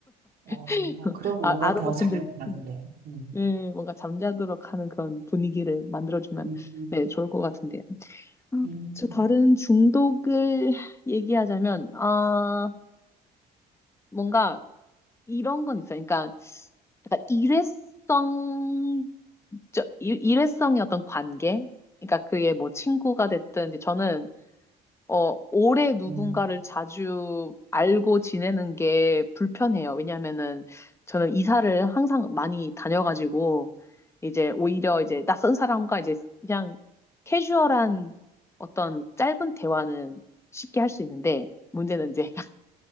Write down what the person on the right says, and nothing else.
어,
그럼
뭔가
더
잘 나는데. 음.
음.
음.
음.